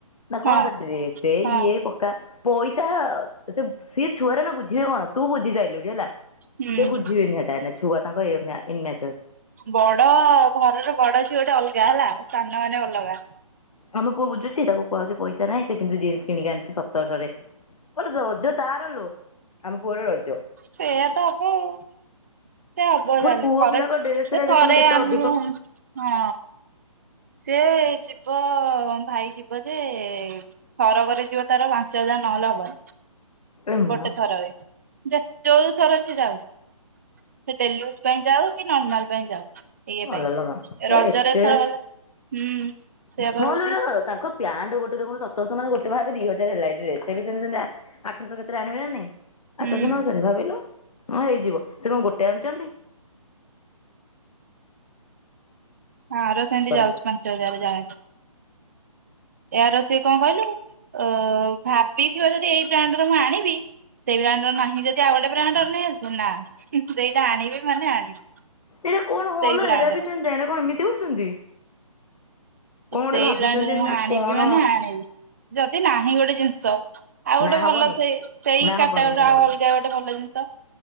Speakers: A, on the left; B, on the right.
A: ନା
B: ହଁ
A: କଣ ତା ଡ୍ରେସ୍
B: ହଁ
A: ଇଏ ପକା। ପଇସା ସେ ସିଏ ଛୁଆଟେ ନା ବୁଝିବେ କଣ, ତୁ ବୁଝି ସାଇଲୁଣି ହେଲା।
B: ହୁଁ
A: ସେ ବୁଝିବେନି ହେଟା ଏଇନା ଛୁଆ ତାଙ୍କ ଏମା ଇନ୍‌ମ୍ୟା
B: ବଡ ଘରର ବଡ ଝିଅ ଗୋଟେ ଅଲଗା ହେଲା, ସାନ ମାନେ ଅଲଗା।
A: ଆମେ ପୁଅ ବୁଝୁଛି ତାକୁ କୁହାହଉଛି ପଇସା ନାହିଁ, ସେ କିନ୍ତୁ ଜିନ୍ କିଣିକି ଆଣଚି ସତରଶହରେ। ଆଲୋ ରଜ ତାର ଲୋ। ଆମ ପୁଅର ରଜ
B: ସେଇଆ ଦବୁ ସେ ହବ
A: ପୁଣି
B: ଯାହେଲେ,
A: ପୁଅ
B: ଥରେ
A: ପିଲାଙ୍କ ଡ୍ରେସରା
B: ସେ ଥରେ
A: ଦେଖୁନୁ କେତେ
B: ଆମ
A: ଅଧିକ
B: ହଁ ସେ ଯିବ ଭାଇ ଯିବ ଯେ ଥରକରେ ଯିବ ତାର ପାଞ୍ଚ ହଜା ନହେଲେ ହବନି
A: ଏ ମା
B: ଗୋଟେ ଥରରେ। ଯା ଯୋଉ ଥର ସେ ଯାଉ, ସେ ଡେଲିୟୁଜ ପାଇଁ ଯାଉ କି ନର୍ମାଲ ପାଇଁ ଯାଉ। ଏଇ
A: ଭଲ
B: ପାଇଁ
A: ଲୋ ମା ଏରା
B: ରଜରେ,
A: ଏତେ
B: ଏଥର ଗଲା ହୁଁ ସେଆବା
A: ହଁ
B: ହଉଛି।
A: ଲୋ ଏରା ତାଙ୍କ ପ୍ୟାଣ୍ଟ ଗୋଟେ ଦେଖୁନୁ ସତରଶହ ମାନେ ଗୋଟେ ଭାବେ ଦି ହଜାର ହେଲା ଡ୍ରେସ, ତେବେ ସେମିତି ଆଠଶହ କେତେରେ ଆଣିବେ ନା ନାଇଁ।
B: ହୁଁ
A: ଆଠଶହ ନଅଶହ ରେ ଭାବିଲ? ହଁ ହେଇଯିବ, ସେ କଣ ଗୋଟେ ଆଣିଛନ୍ତି?
B: ହଁ ୟାର ସେମିତି ଯାଉଛି
A: ମା
B: ପାଞ୍ଚ ହଜାର ଯାହା ଏଆର ସିଏ କଣ କହିଲୁ, ଅ ଭାବିଥିବ ଯଦି ଏଇ ବ୍ରାଣ୍ଡ ର ମୁଁ ଆଣିବି ସେଇ ବ୍ରାଣ୍ଡର ନାହିଁ ଯଦି ଆଉ ଗୋଟେ ବ୍ରାଣ୍ଡ ର ନେଇ ଆସୁ, ନା ସେଇଟା ଆଣିବି ମାନେ ଆଣିବି।
A: ଏଇଟା କଣ ଭଲ
B: ସେଇ ବ୍ରାଣ୍ଡ
A: ଏଇରା ବି
B: ର
A: ସେମିତି ଏଇରା କଣ ଏମିତି ହଉଛନ୍ତି। କଣ
B: ସେଇ
A: ଗୋଟେ ଭାବିଛନ୍ତି
B: ବ୍ରାଣ୍ଡରେ ମୁଁ
A: ନା
B: ଆଣିବି
A: କଣ
B: ମାନେ ଆଣିବି। ଯଦି ନାହିଁ ଗୋଟେ ଜିନିଷ, ଆଉ
A: ନା
B: ଗୋଟେ
A: ହବନି
B: ଭଲ ସେ ସେଇ
A: ନା ହବନି
B: କାଟା ଗୋରୀ
A: ହେରା
B: ଆଉ
A: ହବନି
B: ଅଲଗା ଗୋଟେ ଭଲ ଜିନ ର